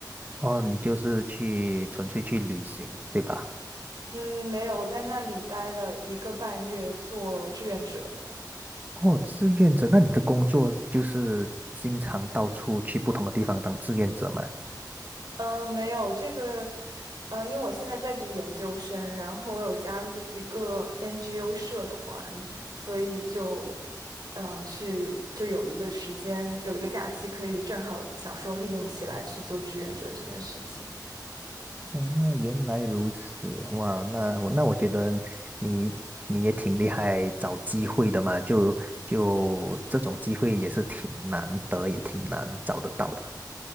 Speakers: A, on the right; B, on the right.
A: 哦，你就是去纯粹去旅行，对吧？
B: 嗯，没有，我在那里待了一个半月做志愿者。
A: 哦，志愿者，那你的工作就是经常到处去不同的地方当志愿者吗？
B: 嗯，没有这个，嗯，因为我现在在读研究生，然后我有加入一个 NGO 社团，所以就，嗯，去就有了一个时间，有一个假期，可以正好想说利用起来去做志愿者这件事情。
A: 哦，原来如此，哇，那我那我觉得你你也挺厉害，找机会的嘛，就就这种机会也是挺难得，也挺难找得到的。